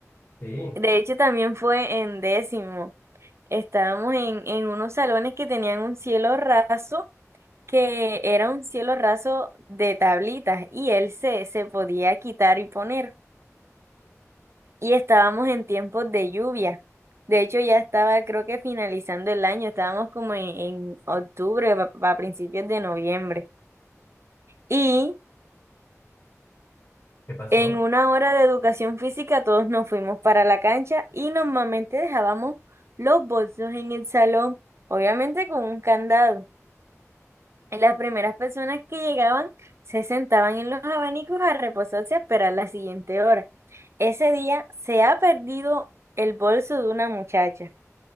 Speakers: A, on the left; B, on the right.
A: Sí,
B: De hecho, también fue en décimo. Estábamos en, en unos salones que tenían un cielo raso, que era un cielo raso de tablitas, y él se, se podía quitar y poner. Y estábamos en tiempos de lluvia. De hecho, ya estaba, creo que finalizando el año, estábamos como en, en octubre, a a principios de noviembre. Y
A: ¿qué pasó?
B: En una hora de educación física todos nos fuimos para la cancha y normalmente dejábamos los bolsos en el salón, obviamente con un candado. Y Las primeras personas que llegaban se sentaban en los abanicos a reposarse a esperar la siguiente hora. Ese día se ha perdido el bolso de una muchacha